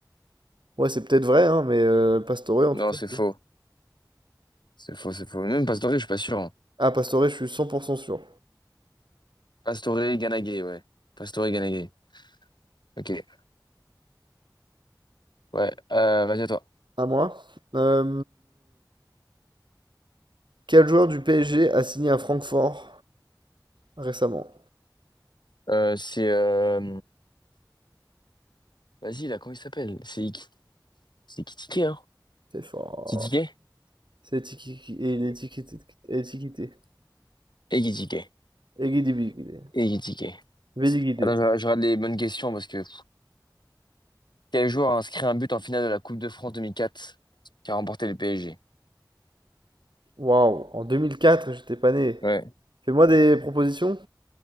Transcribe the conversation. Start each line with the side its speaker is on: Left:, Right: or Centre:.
Right: Ouais, c'est peut-être vrai, hein, mais euh, Pastore en
Left: Non,
Right: tout cas.
Left: c'est faux.
Right: c'est-
Left: C'est faux, c'est faux. Même Pastore, je suis pas sûr. hein.
Right: Ah, Pastore, je suis 100% sûr.
Left: Pastore Ganagay, ouais. Pastore Ganagay. Ok. Ouais. Euh, vas-y à toi.
Right: À moi. Euh, quel joueur du PSG a signé à Francfort récemment.
Left: Euh, c'est euh... Vas-y là, comment il s'appelle? C'est Iki- c'est Kitike, hein?
Right: C'est fort.
Left: Kitike?
Right: C'est étiqueté. Étiqueté. Étiqueté.
Left: Et Kitike.
Right: Éguidibiguidé.
Left: Et Kitike.
Right: Bédiguidé.
Left: Attends, je, je regarde les bonnes questions parce que quel joueur a inscrit un but en finale de la Coupe de France 2004 qui a remporté le PSG?
Right: Waouh, en 2004, j'étais pas né.
Left: Ouais.
Right: Fais-moi des propositions.